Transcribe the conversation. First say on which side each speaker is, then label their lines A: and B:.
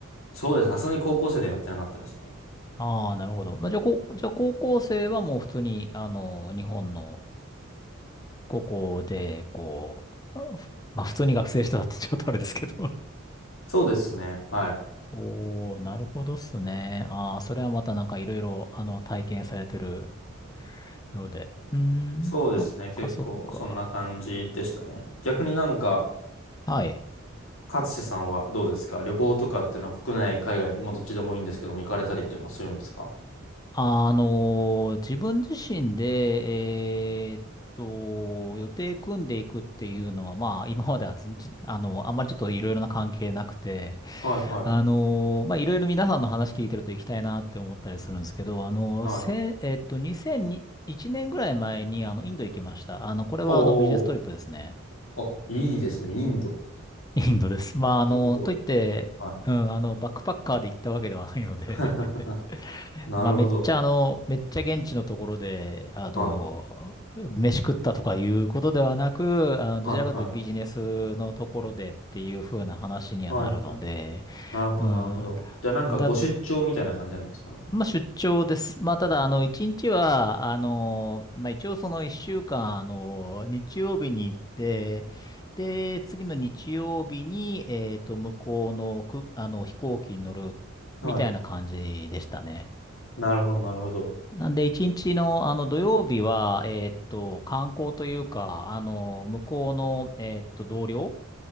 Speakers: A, on the left; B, on the left.
A: そうです。さすがに高校生でやってなかったですね。
B: ああー、なるほど。まあ、じゃあ、こう、じゃあ高校生はもう普通に、あの、日本の高校で、こう、あふまあ、普通に学生してたってちょっとあれですけど
A: そうですね。はい。
B: おー、なるほどっすね。ああ、それはまたなんかいろいろ、あの、体験されてるようで。うーん、
A: そうですね。
B: そっかそっか。
A: 結構、そんな感じでしたね。逆になんか、
B: はい。
A: 勝志さんはどうですか旅行とかっていうのは国内、海外、まあどっちでもいいんですけども、行かれたりっていうのはするんですか
B: あのー自分自身で、えーっと、予定組んでいくっていうのは、まあ、今まではずんじ、あの、あんまりちょっといろいろな関係なくて、
A: はいはい。
B: あのーまあ、いろいろ皆さんの話聞いてると行きたいなって思ったりするんですけど、あのーせ、
A: はい。
B: えっと、2001年ぐらい前に、あの、インド行きました。あの、これはあの、
A: おー。
B: ビジネストリップですね。
A: あ、いいですね。インド。
B: インドです。まあ、
A: インド。
B: あの、といって、
A: は
B: うん、あの、バックパッカーで行ったわけではないので
A: い。<laughs>
B: <laughs>
A: なるほど。
B: まあ、めっちゃあの、めっちゃ現地のところで、あの、
A: はい。
B: 飯食ったとかいうことではなく、あの、どちらかというとビジネスのところでっていう風な話にはなるので、
A: はいはい。はいはい。なるほど、
B: うん、
A: なるほど。じゃあなんかご出張みたいな感じなんですかね。
B: だ、まあ、出張です。まあ、ただ、あの、一日は、あの、まあ、一応その一週間、あの、日曜日に行って、で、次の日曜日に、えっと、向こうの、く、あの、飛行機に乗る、
A: はい。
B: みたいな感じでしたね。
A: なるほど、なるほど。
B: なんで、一日の、あの、土曜日は、えっと、観光というか、あの、向こうの、えっと、同僚